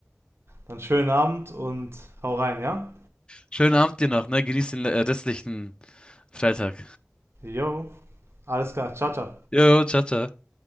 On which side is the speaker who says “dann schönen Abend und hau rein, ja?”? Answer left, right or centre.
Right